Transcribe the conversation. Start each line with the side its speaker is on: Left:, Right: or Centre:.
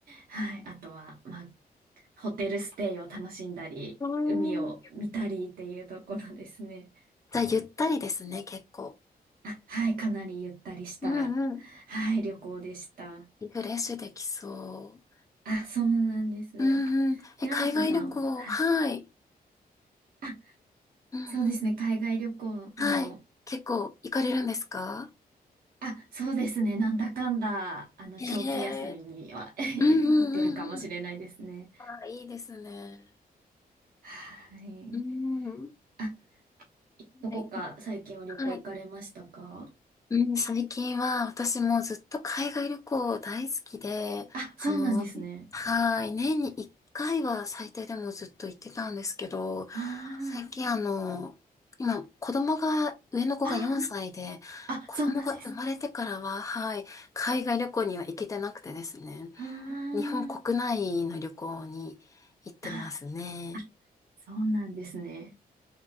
Right: はい。あとは、まあ、ホテルステイを楽しんだり、
Left: うー
Right: 海を見たりっていうところですね。
Left: んじゃあ、ゆったりですね、結構。
Right: あ、はい、かなりゆったりした、
Left: うんうん。
Right: はい、旅行でした。
Left: リフレッシュできそ
Right: あ、そうなんです。
Left: う。うんうん。
Right: 寺本さんは、
Left: え、海外旅行、
Right: はい。
Left: はい。
Right: あ、
Left: うんうん。
Right: そうですね、海外旅行も、
Left: はい。結構行かれるんですか
Right: あ、そうですね、なんだかんだ、あの、
Left: へえ
Right: 長期休みには <laughs> 行ってるかもしれないですね。
Left: うんうんうんうんあ、いいですね。
Right: はい。
Left: うん。
Right: あ、どこか最近は旅行行かれましたか
Left: はい。はい。うん、最近は私もずっと海外旅行大好きで、
Right: あ、そうなんですね。
Left: あの、はい。年に1回は最低でもずっと行ってたんですけど、
Right: あ
Left: 最近あの、
Right: ー
Left: 今子供が、上の子が4歳で、
Right: あー。あ、
Left: 子供が生まれてからは、
Right: そうなんですね。
Left: はい、海外旅行には行けてなくてですね、
Right: あー
Left: 日本国内の旅行に行ってますね。
Right: あ、あそうなんですね。